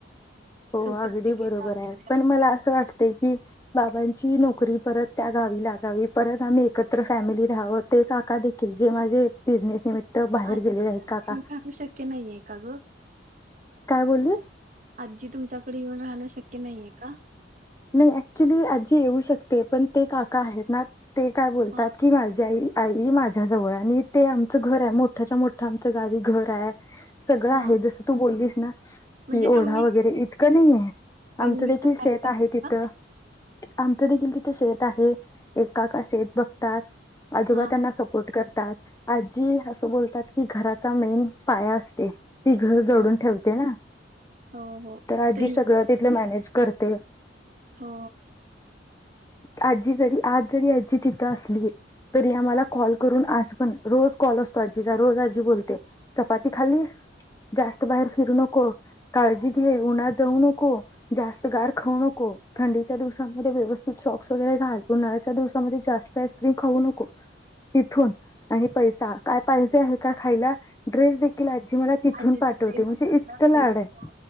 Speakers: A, on the left; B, on the right.
A: हो
B: तो प्रत्येकीच्या
A: अगदी बरोबर
B: आतमध्ये
A: आहे पण
B: असतोय
A: मला असं वाटत कि बाबांची नोकरी परत त्या गावी लागावी परत आम्ही एकत्र फॅमिली राहाहवो ते काकाील कि जे माझे बिझनेस निमित्त बाहेर
B: आज
A: गेलेले आहेत का का
B: येऊन राहणं शक्य नाहीये का ग
A: काय बोललीस
B: आजी तुमच्याकडे येऊन राहणं शक्य नाहीये का
A: नाही ऍक्च्युली आजी येऊ शकते पण ते काका आहेत ना ते काय बोलतात
B: हा
A: की माझ्या आई आई माझ्याजवळ आणि ते आमचं घर आहे मोठ्याच्या मोठं आमचं गावी घर आहे सगळं
B: हा
A: आहे जसं तू बोललीस कि
B: म्हणजे
A: ओढा
B: तुम्ही
A: वगैरे इतकं नाही आहे आमचं
B: निमित्त
A: देखील
B: पाहिला
A: शेत आहे तिथं
B: का
A: आमचं देखील तिथे शेत आहे एकाका शेत बघतात आजोबा
B: हा
A: त्यांना सपोर्ट कर आजी असं बोलतात की घराचा मेन पाया असते ती घर जोडून
B: हो
A: ठेवते ना
B: हो हो
A: तर आजी
B: स्त्री
A: सगळं तिथ मॅनेज करते
B: हो
A: आजी जरी आज जरी आजी तिथं असली तरी आम्हाला कॉल करून आज पण रोज कॉल असतो आजीचा रोज आजी बोलते चपाती खाल्लीस, जास्त बाहेर फिरू नको, काळजी घे, उन्हात जाऊ नको, जास्त गार खाऊ नको <unintelligible> थंडीच्या दिवसामध्ये व्यव सॉक्स वगैरे घाल उन्हाळ्याच्या दिवसामध्ये जास्त आईस्क्रीम खाऊ नको तिथून आणि पैसा काय पाहिजे आहे का खायला ड्रेस देखील आजी मला तिथून
B: आजीचं
A: पाठवते
B: प्रेमच
A: म्हणजे
B: तसलं
A: इतकं
B: असतंय
A: लाड
B: ग
A: आहेत